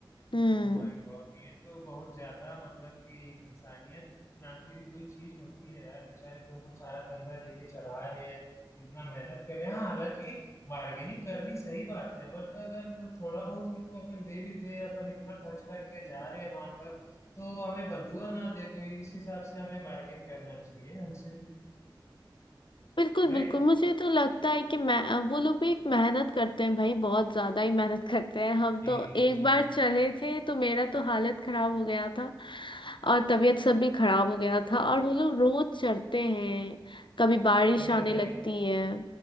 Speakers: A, on the left; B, on the left.
A: हम्म
B: ओ माय गॉड ये तो बहुत ज्यादा मतलब कि एक इंसानियत नाम की भी कोई चीज होती है यार बेचारे तुमको चार कंधा देके चढ़ा रहे हैं इतना मेहनत कर रहे हैं हाँ, हालांकि बार्गेनिंग करनी सही बात है बट अगर थोड़ा बहुत उनको अपन दे भी दे अपन इतना खर्च करके जा रहे हैं वहां तक तो हमें बदुआ ना दे कोई इस हिसाब से हमें बार्गेन करना चाहिए हमसे भी
A: बिल्कुल
B: राइट
A: बिल्कुल मुझे तो लगता है कि मैं अ, वो लोग भी एक मेहनत करते हैं भाई बहुत ज्यादा ही मेहनत करते हैं हम
B: जी
A: तो एक
B: जी
A: बार चले थे तो मेरा तो हालत खराब हो गया था और तबीयत सब भी खराब हो गया था और वो लोग रोज चढ़ते हैं कभी बारिश
B: भाई
A: आने
B: भाई
A: लगती है